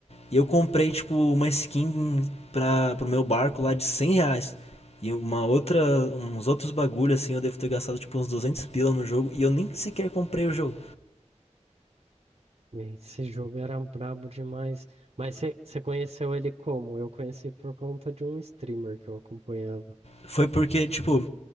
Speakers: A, on the left; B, on the right.
A: E eu comprei, tipo, uma skin pra, pro meu barco lá de 100 reais. E uma outra,
B: É,
A: uns outros bagulho, assim, eu devo ter gastado, tipo, uns 200 pila no jogo. E eu nem sequer comprei o jogo.
B: É, Esse jogo era brabo demais. Mas você conheceu ele como? Eu conheci por conta de um streamer que eu acompanhava.
A: Foi porque, tipo,